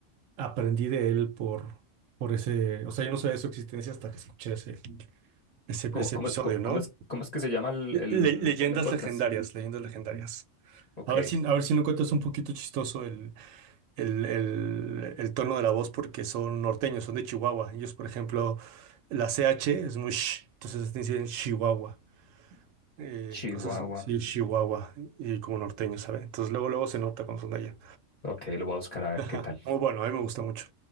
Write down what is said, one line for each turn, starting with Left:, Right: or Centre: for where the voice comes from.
Right: aprendí de él por, por ese, o sea, yo no sabía de su existencia hasta que escuché ese, ese,
Left: ¿Cómo,
Right: ese
Left: cómo,
Right: episodio,
Left: cómo,
Right: ¿no?
Left: cómo es, cómo es que se llama el,
Right: Le-
Left: el,
Right: leyendas
Left: po- el podcast?
Right: legendarias, leyendas legendarias.
Left: Ok,
Right: A ver si, a ver si no cuentas un poquito chistoso el, el, el, el tono de la voz porque son norteños, son de Chihuahua. Ellos, por ejemplo, la CH es muy sh, entonces te dicen Chihuahua. Eh,
Left: Chihuahua.
Right: cosas, sí, Chihuahua, y como norteño, ¿sabe? Entonces luego, luego se nota cuando son de allá.
Left: Ok, lo voy a buscar a ver
Right: Ah,
Left: qué tal.
Right: muy bueno, a mí me gusta mucho.